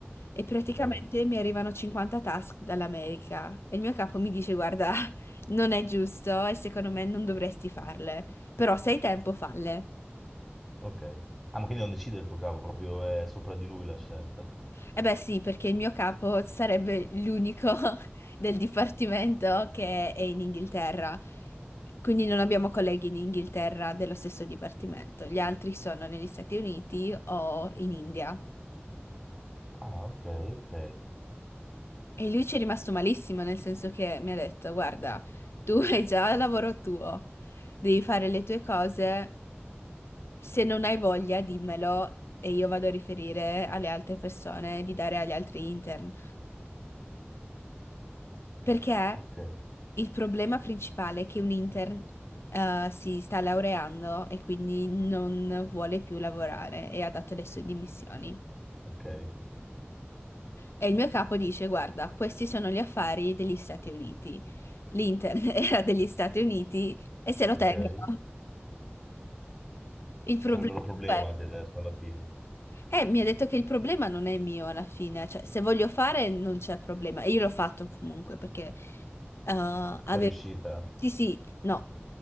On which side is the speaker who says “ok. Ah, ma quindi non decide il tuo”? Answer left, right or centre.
Centre